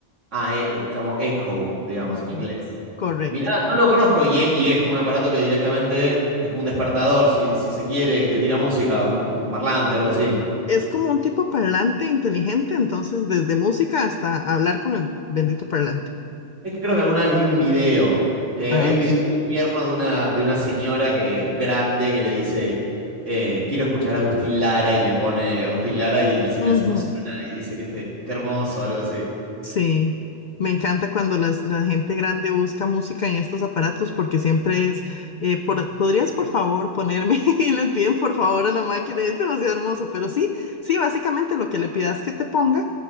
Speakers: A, on the right; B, on the left.
A: Ah, e- e- como echo, digamos,
B: Ujú,
A: en inglés.
B: Correcto.
A: Mirá, no lo conozco y, e- y es un aparato que directamente es como un despertador, si, si se quiere, que te tira música, un, un parlante, algo así.
B: Es como un tipo parlante inteligente, entonces desde música hasta hablar con el bendito parlante.
A: Es que creo que alguna vez vi un video. Eh,
B: Ah,
A: hay un
B: ok.
A: video muy tierno de una, de una señora que, grande que le dice, eh, quiero escuchar a Agustín Lara y le pone Agustín Lara y, la señora
B: Ujú,
A: se emociona y dice que, qué fe- qué hermoso, algo así.
B: Sí, me encanta cuando las, la gente grande busca música en estos aparatos porque siempre es, eh, por- ¿podrías por favor ponerme? <laughs> Y les piden por favor a la máquina, es demasiado hermoso, pero sí, sí, básicamente lo que le pidas que te ponga,